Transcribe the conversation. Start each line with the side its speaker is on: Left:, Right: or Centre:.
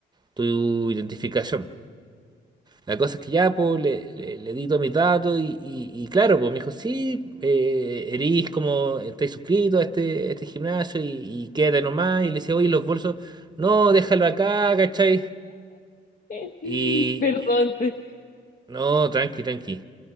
Right: Tu identificación. La cosa es que ya, pues, le, le, le di todos mis datos y, y- y claro, pues me dijo, sí, eh, erís como, estáis suscrito a este, a este gimnasio y, y quédate nomás. Y le decía, oye, los bolsos, no, déjalo acá, ¿cachai?
Left: <laughs>
Right: Y,
Left: Perdón,
Right: y-
Left: te-
Right: no, tranqui, tranqui.